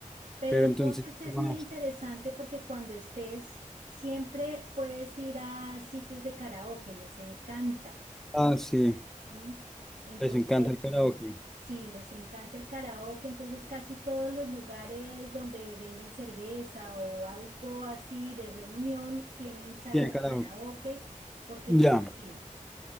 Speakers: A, on the right; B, in the centre.
A: Pero
B: Pero
A: entonces
B: entonces,
A: es
B: ¿qué más?
A: muy interesante porque cuando estés, siempre puedes ir a sitios de karaoke, les encanta.
B: Ah, sí,
A: ¿m? Entonces,
B: les encanta el karaoke.
A: sí, les encanta el karaoke, entonces casi todos los lugares donde venden cerveza o algo así de reunión tienen salas
B: Tiene karaoke.
A: de karaoke porque
B: Ya,
A: les fascina.